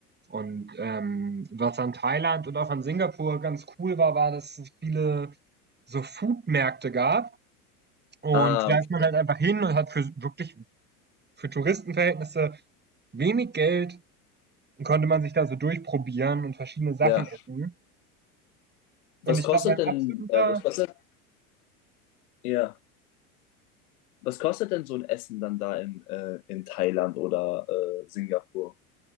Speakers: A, on the right (about 20°); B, on the left (about 75°).
A: und ähm, was an Thailand und auch an Singapur ganz cool war, war, dass es viele so Foodmärkte gab und
B: Ah,
A: da
B: okay.
A: ist man halt einfach hin und hat für wirklich für Touristenverhältnisse wenig Geld Dann konnte man sich da so durchprobieren und verschiedene Sachen
B: Ja.
A: essen.
B: Was
A: Und ich
B: kostet
A: glaube, mein
B: denn,
A: absoluter,
B: äh, was kostet, ja, was kostet denn so ein Essen dann da in, äh, in Thailand oder äh, Singapur?